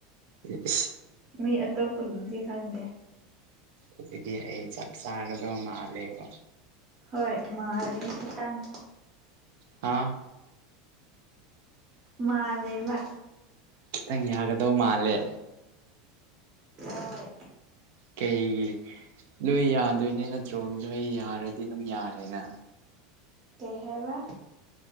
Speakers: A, on the right; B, on the right.
A: ꯏꯁ
B: ꯃꯤ ꯑꯇꯣꯞꯄꯒꯤꯗꯤ ꯈꯪꯗꯦ
A: ꯑꯗꯨꯗꯤ ꯑꯩ ꯆꯞ ꯆꯥꯒꯗꯕ ꯃꯥꯜꯂꯦꯕ
B: ꯍꯣꯏ ꯃꯥꯂ‌ꯦ ꯈꯤꯇꯡ
A: ꯍꯥꯥ
B: ꯃꯥꯂꯦꯕ
A: ꯈꯤꯇꯪ ꯌꯥꯒꯗꯧ ꯃꯥꯜꯂꯦ
B: ꯍꯣꯏ
A: ꯀꯩꯒꯤ ꯂꯣꯏ ꯌꯥꯗꯣꯏꯅꯦ ꯅꯠꯇ꯭ꯔꯣ ꯅꯣꯏ ꯌꯥꯔꯗꯤ ꯑꯗꯨꯝ ꯌꯥꯔꯦꯅ
B: ꯀꯩ ꯍꯥꯏꯕ